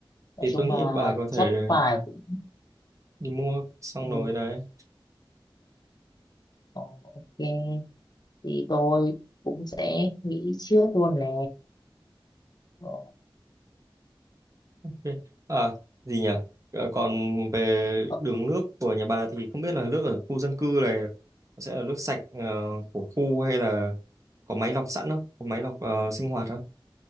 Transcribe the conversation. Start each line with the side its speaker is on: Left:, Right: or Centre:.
Left: Nói
Right: thì
Left: chung
Right: tôi nghĩ
Left: là
Right: bà có thể
Left: chắc phải cũng
Right: đi mua xong
Left: ừ,
Right: rồi này
Left: ờ, ok thì tôi cũng sẽ nghĩ trước luôn nè. Ờ,
Right: Ok. À, gì nhỉ? À, còn về
Left: ờ,
Right: đường nước của nhà bà thì không biết là nước ở khu dân cư này nó sẽ là nước sạch ờ, của khu hay là có máy lọc sẵn không? Có máy lọc ờ, sinh hoạt không?